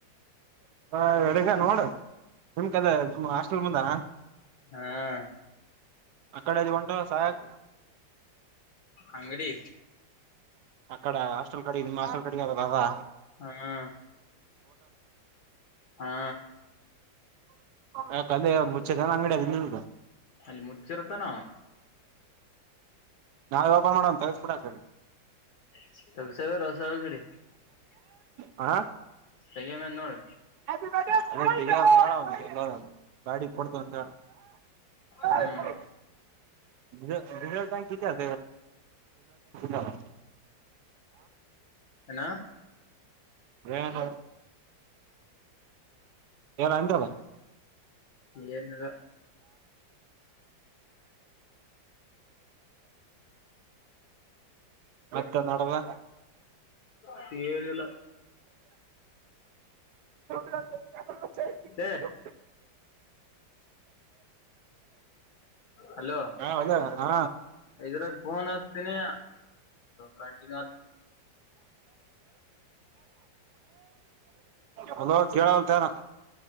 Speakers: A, on the right; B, on the left.
A: ಹ ಎಡುಗ ನೋಡು ನಿಮ್ ಕದ ನಿಮಮ್ಮ ಹಾಸ್ಟೆಲ್ ಮುಂದಾನ
B: ಹಾ
A: ಅಕ್ಕಡೆ ಅದು ಒಂಟ ಸಾಕ್
B: ಅಂಗಡಿ
A: ಆ ಕಡೆ ಹಾಸ್ಟೆಲ್ ಕಡೆ ನಿಮ್ಮ ಹಾಸ್ಟೆಲ್ ಕಡೆ ಆದಲ ಆದ
B: ಹಾ ಹಾ
A: ಯಾಕ್ ಅಲ್ಲಿ ಮುಚ್ಚೆದಾನ ಅಂಗಡಿಯ <unintelligible>
B: ಅಲ್ಲಿ ಮುಚ್ಚಿರ್ತಾನ
A: ನಾವೆ ಓಪನ್ ಮಾಡೋಣ್ <unintelligible>
B: <unintelligible>
A: ಹಾ
B: ತೆಗ ನನ್ ನೋಡ್
A: <unintelligible> ಗಾಡಿ ಕೊಡ್ತಂತ ತಕೊ
B: ಹ್ಮ್
A: ಡೀಸೆಲ್ ಟ್ಯಾಂಕ್ ಇತ್ತ <unintelligible>
B: ಏನು
A: ಏನ್ ಅಂದ್ರಲ್ಲ
B: ಏನಿಲ್ಲ
A: ಮತ್ತೆ ನಡದ
B: <inaudible> ಏನು ಇಲ್ಲ
A: <inaudible>
B: ಏ ಹಲೋ
A: ಒಳ್ಳೆ ಹಾ
B: ಇದ್ರಾಗ ಫೋನ್ ಹಚ್ತೀನಿ ಕಂಟಿನ್ಯೂ
A: ಹಲೋ ಕೇಳಲ್ತಾಯೇನೋ